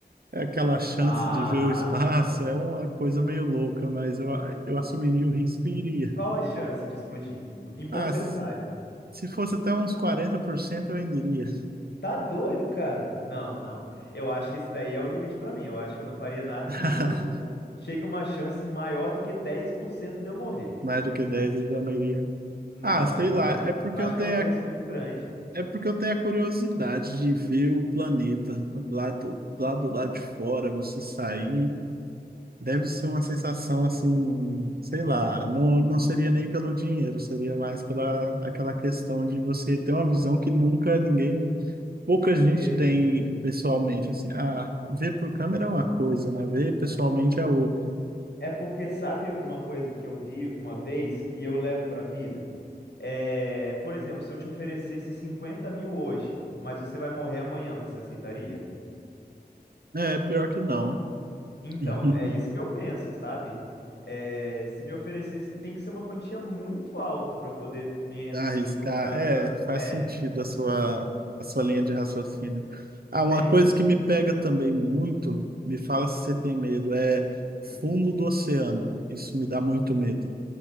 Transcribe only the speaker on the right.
é aquela chance
de ver o espaço, é uma coisa meio louca, mas eu, eu assumiria o risco e iria.
Ah, s- se fosse até uns 40% eu ainda iria.
<laughs>
Mais do que 10 eu já não iria.
Ah, sei
lá,
é porque
eu tenho
a,
é porque eu tenho a curiosidade de ver o planeta lá do, lá do lado de fora, você sair Deve ser uma sensação assim, sei lá, não, não seria nem pelo dinheiro, seria mais pela aquela questão de você ter uma visão que nunca ninguém, pouca gente
tem
pessoalmente, assim, ah,
ver por câmera é uma coisa, né? Ver pessoalmente é outra.
É, pior que não.
<laughs>
Arriscar,
é,
faz
sentido a sua, a sua linha de raciocínio. Ah,
uma coisa que me pega também muito, me fala se você tem medo, é
fundo do oceano. Isso me dá muito medo.